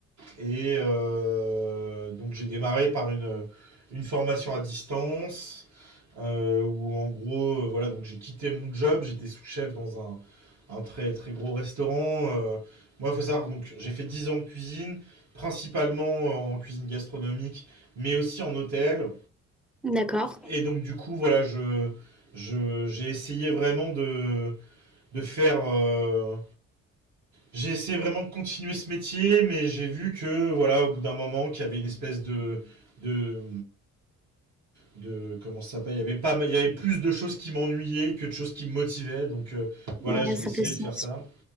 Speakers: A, on the right (about 65°); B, in the centre.
A: Et euh, donc j'ai démarré par une, une formation à distance. euh, où en gros, euh, voilà, donc j'ai quitté mon job. J'étais sous-chef dans un, un très très gros restaurant. Euh, moi, faut savoir, donc j'ai fait 10 ans de cuisine, principalement euh, en cuisine gastronomique, mais aussi en hôtel.
B: D'accord.
A: Et donc du coup, voilà, je je- j'ai essayé vraiment de de faire. euh, J'ai essayé vraiment de continuer ce métier, mais j'ai vu que, voilà, au bout d'un moment, qu'il y avait une espèce de. de de comment ça s'appelle il y avait pas il y avait plus de choses qui m'ennuyaient que de choses qui me motivaient donc euh, voilà
B: Ouais,
A: j'ai
B: ça
A: décidé
B: fait sens.
A: de faire ça